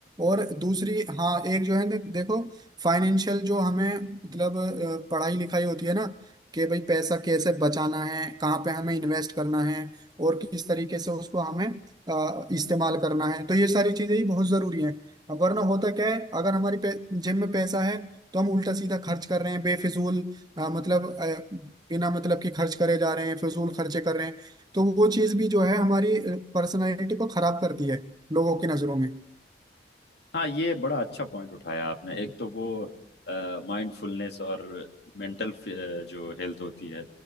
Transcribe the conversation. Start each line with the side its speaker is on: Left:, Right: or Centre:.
Right: और दूसरी हाँ एक जो है दे- देखो फाइनेंशियल जो हमें मतलब अ, पढ़ाई लिखाई होती है ना कि भाई पैसा कैसे बचाना है कहाँ पे हमें इन्वेस्ट करना है और किस तरीके से उसको हमें अ, इस्तेमाल करना है तो ये सारी चीजें ही बहुत जरूरी हैं अब वरना होता क्या है अगर हमारी पे- जेब में पैसा है तो हम उल्टा सीधा खर्च कर रहे हैं बेफिजूल अ, मतलब अ, बिना मतलब कि खर्च करे जा रहे हैं फिजूल खर्चे कर रहे हैं तो वो चीज भी जो है हमारी पर्सनालिटी को खराब करती है लोगों की नजरों में
Left: हाँ ये बड़ा अच्छा पॉइंट उठाया आपने एक तो वो माइंडफुलनेस और मेंटल जो हेल्थ होती है